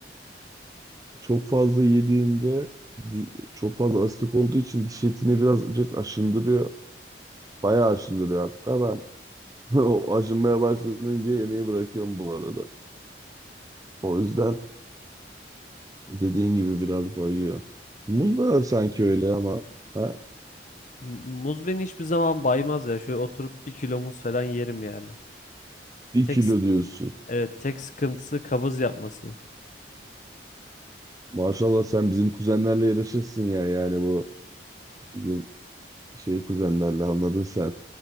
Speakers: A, on the right; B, on the left.
A: çok fazla yediğinde di- çok fazla asitik olduğu için diş etini birazcık aşındırıyor. Bayağı aşındırıyor hatta ben <laughs> o aşınmaya başlayınca yemeği bırakıyorum bu arada. O yüzden dediğin gibi biraz bayıyor. Muz da sanki öyle ama ha?
B: M- Muz beni hiçbir zaman baymaz ya. Şöyle oturup bir kilo muz falan yerim yani.
A: Bir
B: Tek,
A: kilo
B: s-
A: diyorsun.
B: evet tek sıkıntısı kabız yapması.
A: Maşallah sen bizim kuzenlerle yarışırsın ya yani bu bizim şey kuzenlerle anladın sen.